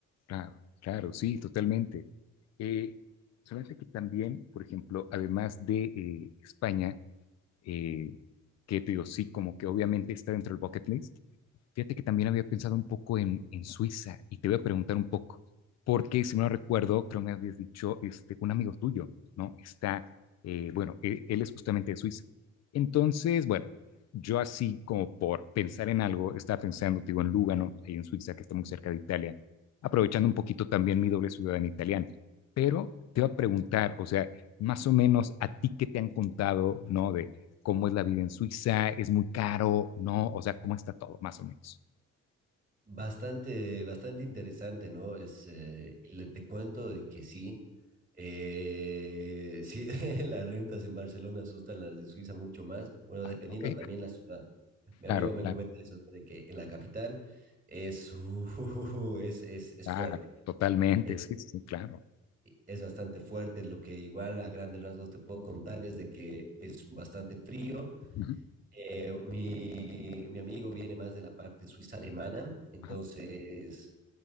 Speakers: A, on the left (about 60°); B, on the right (about 25°).
A: Claro, claro, sí, totalmente. Eh, solamente que también, por ejemplo, además de eh, España, eh, que te digo, sí, como que obviamente está dentro del bucket list. Fíjate que también había pensado un poco en, en Suiza y te voy a preguntar un poco, porque si no recuerdo, creo me habías dicho este, un amigo tuyo, ¿no? Está, eh, bueno, él, él es justamente de Suiza. Entonces, bueno, yo así como por pensar en algo, estaba pensando, te digo, en Lugano, ahí en Suiza, que está muy cerca de Italia, aprovechando un poquito también mi doble ciudadanía italiana. Pero te iba a preguntar, o sea, más o menos a ti qué te han contado, ¿no? De, cómo es la vida en Suiza, es muy caro, ¿no? O sea, cómo está todo, más o menos.
B: Bastante, bastante interesante, ¿no? Es, eh, le te cuento de que sí, Eh, sí, <laughs> las rentas en Barcelona asustan las de Suiza mucho más. Bueno,
A: Ajá,
B: dependiendo
A: ¿Ok?
B: también la ciudad. Mi
A: Claro,
B: amigo me
A: claro,
B: comenta eso, ¿no? de que en la capital es, <laughs> es, es, es
A: claro,
B: fuerte.
A: totalmente,
B: Es,
A: sí, sí, sí, claro.
B: es bastante fuerte. Lo que igual a grandes rasgos te puedo contar es de que es bastante frío.
A: Ujú,
B: Eh, mi, mi amigo viene más de la parte suiza alemana, entonces
A: ajá,